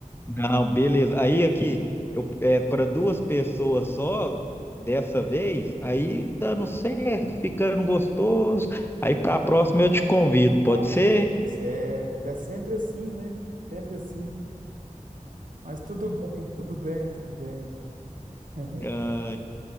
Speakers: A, on the left; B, on the right.
A: Não, beleza. Aí aqui, eu é, para duas pessoas só, dessa vez, aí dando certo, ficando gostoso. Aí para a próxima eu te convido, pode
B: Ah,
A: ser?
B: certo. É sempre assim, né? Sempre assim. Mas tudo bem, tudo bem, tudo bem. <laughs>
A: Ah,